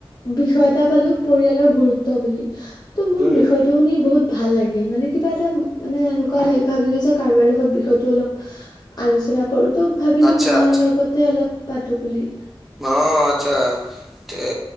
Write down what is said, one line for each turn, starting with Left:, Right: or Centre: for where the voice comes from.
Left: বিষয়ত এটা পালো পৰিয়ালৰ গুৰুত্ব বুলি ত' মোৰ
Centre: উম
Left: বিষয়টো শুনি বহুত ভাল লাগিল মানে কিবা এটা মানে এনেকুৱা ভাবিলো যে কাৰোবাৰ লগত বিষয়টো অলপ আলোচনা কৰো তো ভাবিলো
Centre: আচ্ছা
Left: তোমাৰ
Centre: আচ্ছা
Left: লগতে অলপ পাতো বুলি।
Centre: অ আতচ্ছা। এ